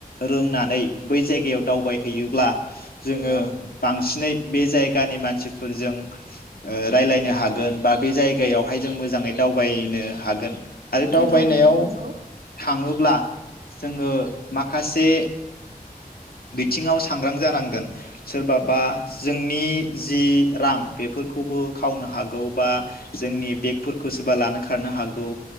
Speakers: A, on the left (about 80°); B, on the right (about 75°).
A: रोंनानै बै जायगायाव दावबायहैयोब्ला। जोङो
B: नंगौ
A: बांसिनै बे जायगानि मानसिफोरजों रायजलायनो हागोन बा बे जायगायावहाय जों मोजां मोजाङै दावबायनो हागोन। आरो दावबायनायाव
B: नंगौ नोंथां नंगौ
A: थाङोब्ला जोङो माखासे बिथिङाव सांग्रां जानांगोन सोरबाबा जोंनि जि रां बेफोरखौबो खावनो हागो बा जोंनि बेग सोरबा लानो खारनो हागौ।